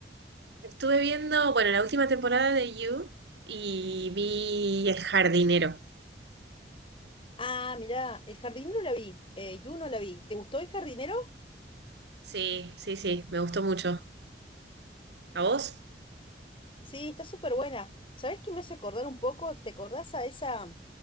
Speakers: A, on the right; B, on the left.
A: Estuve viendo, bueno, la última temporada de You y vi El Jardinero.
B: Ah, mirá, El Jardinero la vi, eh, Juno la vi. ¿Te gustó El Jardinero?
A: Sí, sí, sí, me gustó mucho. ¿A vos?
B: Sí, está súper buena. ¿Sabés qué me hace acordar un poco? ¿Te acordás a esa